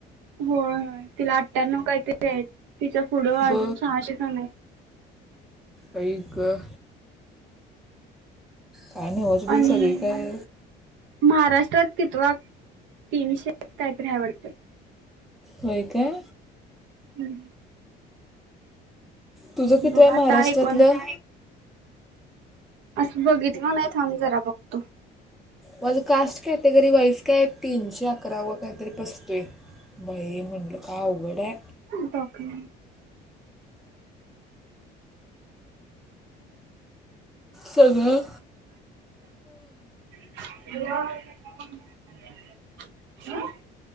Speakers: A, on the right; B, in the centre.
A: होय होय, तिला अठ्ठ्याण्णव काही तरी आहे, तिच्या पुढं अजून
B: ब
A: सहाशे जणं आहे.
B: आई गं, काय नव्हचं
A: आणि
B: बाई सगळी काय
A: महाराष्ट्रात कितवा, तीनशे काही तरी हाय वाटतं.
B: होय काय.
A: हम्म.
B: तुझं कितवंय
A: बघ आता
B: महाराष्ट्रातलं?
A: एकोण असं बघितलो नाही थांब जरा बघतो.
B: माझं कास्ट कॅटेगरी वाईज काय तीनशे अकराव काय तरी बसतोय. बई म्हणलं काय अवघड आय.
A: <unintelligible> बाप रे.
B: सगळं
A: <unintelligible> अं म